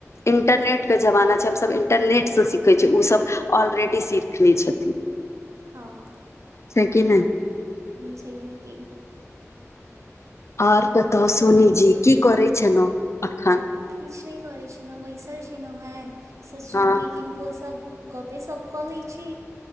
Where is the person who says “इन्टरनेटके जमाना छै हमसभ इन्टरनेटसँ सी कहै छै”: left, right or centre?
Left